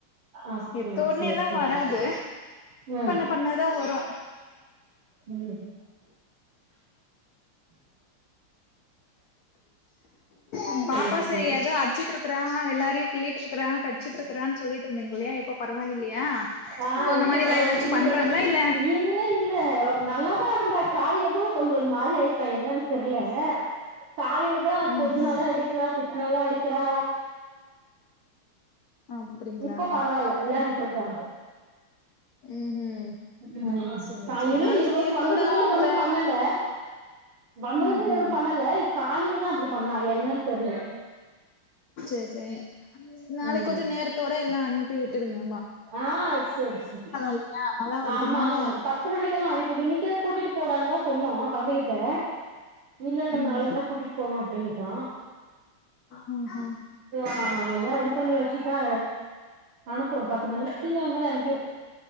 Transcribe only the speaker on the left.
எடு த்தோனே
எல்லா
வராது
பண்ண பண்ணதா வரு
ம் பாப்பா
சரி
ஏதோ அட்சிட்ருக்கா எல்லாரையு கிள்ளிட்டுருக்குற கட்சிட்ருக்குறான்னு சொல்லிட்டுருந்தீ இல்லையா இப்ப பரவாயில்லையா
இப்போ அந்த
மாரி எல்லா
ஏதாச்சு
பண்றாங்களா இல்ல
ம்ஹும்
அப்டிங்களா
இப் ம்ஹும்
சேரி
சேரி
நாளைக்கு
நேரத்தோட
அவங்கள
ம்ஹும்
சேரி சேரி நாளைக்கி
கொஞ்சோ நேரத்தோட எல்லா அனுப்பி விட்டுருங்க
இல்லையா மழ வருதுனால
ம்
ம் ம்